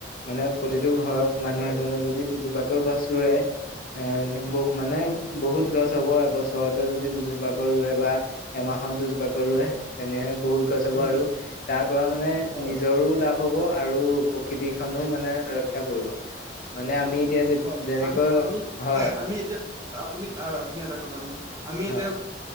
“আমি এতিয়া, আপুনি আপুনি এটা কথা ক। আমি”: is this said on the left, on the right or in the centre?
Right